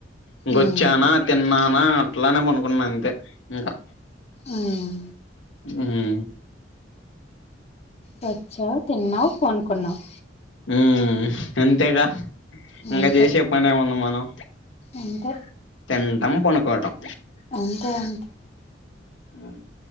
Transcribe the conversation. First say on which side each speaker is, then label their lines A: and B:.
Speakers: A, on the left; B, on the left.
A: ఇంకొచ్చానా
B: ఉమ్
A: తిన్నానా అట్లానే పనుకున్నా అంతే ఇంకా
B: ఉమ్
A: ఊమ్
B: వచ్చావ్ తిన్నావు పన్కున్నావ్
A: ఉమ్ అంతేగా ఇంగ
B: అంతే
A: చేసే పని ఏముంది మనం
B: అంతే
A: తింటం పొనుకోవటం
B: అంతే అంతే
A: ఉ